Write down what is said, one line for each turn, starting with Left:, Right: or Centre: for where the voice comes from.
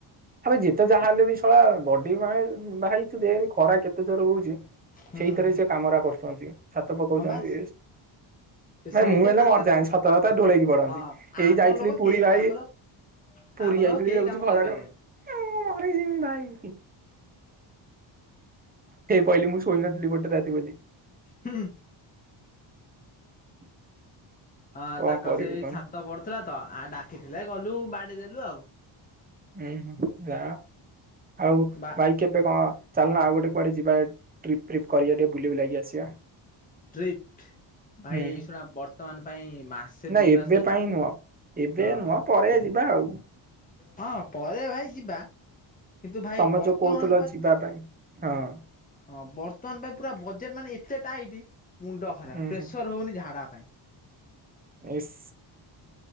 Right: ଆବେ ଯେତେ ଯାହା ହେଲେ ବି ଶଳା ବଡି ମାଏ ଭାଇ ତୁ ଦେନ୍ ଖରା କେତେ ଥର ହଉଛି।
Left: ହୁଁ।
Right: ସେଇଥିରେ ସେ କାମରା କରୁଛନ୍ତି। ସାତ ପକଉଛନ୍ତି
Left: ହଁ ବା
Right: ଭାଇ
Left: ସେଇଥିରେ
Right: ମୁଁ ହେଲେ
Left: ତାଙ୍କ
Right: ମରଯାନ୍ତି, ସତ କଥା ଢ଼ୋଳେଇକି ପଡନ୍ତି।
Left: ହଁ
Right: ଏଇ
Left: ଆମ
Right: ଯାଇଥିଲି
Left: ଲୋକ
Right: ପୁରୀ
Left: କେହି
Right: ଭାଇ
Left: ଆମର
Right: ପୁରୀ
Left: ଆମ
Right: ଯାଇଥିଲି
Left: ଲୋକ କେହି
Right: ଦେଖୁଛି
Left: କାମ
Right: ଖରାରେ
Left: କରିପାରିବେନି।
Right: ମୁଁ ମରିଯିବି ଭାଇ । ପଇଲି ମୁଁ ଶୋଇ ନଥିଲ ଗୋଟେ ରାତିବୋଲି।
Left: ହୁଁ ହୁଁ।
Right: <inaudible>
Left: ହଁ
Right: କଣ
Left: ତାଙ୍କର
Right: କରିବୁ
Left: ସେଇ
Right: କହନି
Left: ଛାତ ବଢୁଥିଲା ତ ଆ ଡା ଖିଥିଲା ଗଲୁ ବାଡ଼ି ଦେଲୁ ଆଉ।
Right: ହୁଁ ହୁଁ। ଯା ଆଉ
Left: ବା
Right: ଭାଇ କେବେ କଣ? ଚାଲ ନା ଆଉ ଗୋଟେ କୁଆଡେ ଯିବା ଟ୍ରିପ୍ ଫ୍ରିପ୍ କରିବା ଟିକେ ବୁଲିବୁଲାକି ଆସିବା।
Left: ଟ୍ରିପ୍ଟ ଭାଇ
Right: ହୁଁ
Left: ଏସୁଟା ବର୍ତ୍ତମାନ ପାଇଁ ମାସେ
Right: ନା
Left: ଦି
Right: ଏବେ
Left: ମାସ
Right: ପାଇଁ ନୁହ ଏବେ
Left: ହଁ
Right: ନୁହ ପରେ ଯିବା ଆଉ‌।
Left: ହଁ ପରେ ଭାଇ ଯିବା କିନ୍ତୁ ଭାଇ
Right: ତମେ
Left: ବର୍ତ୍ତମାନ
Right: ଯୋଉ କହୁଥିଲ ଯିବା ପାଇଁ ହଁ।।
Left: ହଁ ବର୍ତ୍ତମାନ ପାଇଁ ପୁରା ବଜେଟ ମାନେ ଏତେ ଟାଇଠ। ମୁଣ୍ଡ ଖରାପ
Right: ହୁଁ
Left: ପ୍ରେସର
Right: ହୁଁ
Left: ହଉନି ଝାଡା ପାଇଁ।
Right: ଏସ୍